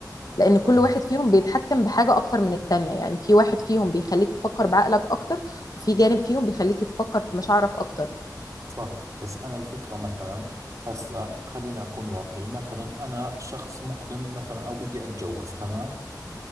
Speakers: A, on the left; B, on the right.
A: لان كل
B: طبعا
A: واحد فيهم بيتحكم بحاجه اكتر من التانية يعني في واحد فيهم بيخليك تفكر بعقلك اكتر وفي جانب فيهم بيخليك تفكر في مشاعرك اكتر
B: صح بس انا الفكرة مثلا هسا خليني اكون واقعي مثلا انا شخص مقدم مثلا او بدي اتجوز تمام